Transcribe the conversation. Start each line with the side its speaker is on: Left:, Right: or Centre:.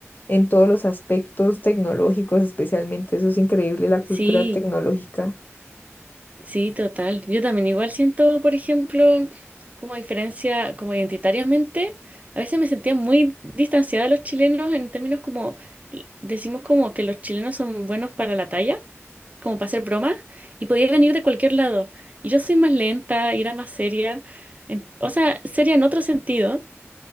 Left: en todos los aspectos tecnológicos, especialmente. Eso es increíble, la
Right: Sí.
Left: cultura tecnológica. <laughs>
Right: Sí, total. Yo también igual siento, por ejemplo, como diferencia, como identitariamente, a veces me sentía muy distanciada de los chilenos en términos como, decimos como que los chilenos son buenos para la talla, como para hacer bromas, y podía venir de cualquier lado. Y yo soy más lenta y era más seria, en- o sea, seria en otro sentido,